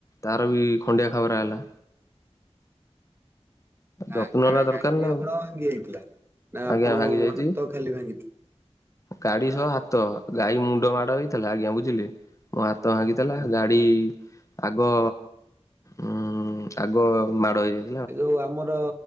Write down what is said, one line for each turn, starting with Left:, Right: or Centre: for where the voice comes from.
Left: ତାର ବି ଖଣ୍ଡିଆ ଖାବରା ହେଲା। ଯତ୍ନ
Right: ଆଉ ଗା
Left: ନେବା
Right: ଗା
Left: ଦରକାର
Right: ଗାଡି ବି
Left: ନା ଆଉ।
Right: ଆପଣ ଭାଙ୍ଗି ଯାଇଥିଲା ନା
Left: ଆଜ୍ଞା
Right: ଆପଣ
Left: ଭାଙ୍ଗି ଯାଇଛି
Right: ହାତ ଖାଲି ଭାଙ୍ଗିଥିଲା।
Left: ଗାଡି
Right: ଆଁ
Left: ସହ ହାତ ଗାଈ ମୁଣ୍ଡ ମାଡ ହେଇଥିଲା ଆଜ୍ଞା ବୁଝିଲେ ମୋ ହାତ ଭାଙ୍ଗିଥିଲା
Right: ହୁଁ
Left: ଗାଡି ଇ ଆଗ ଉ ଆଗ ମାଡ ହେଇଯାଇ
Right: ଏ ଯୋଉ ଆମର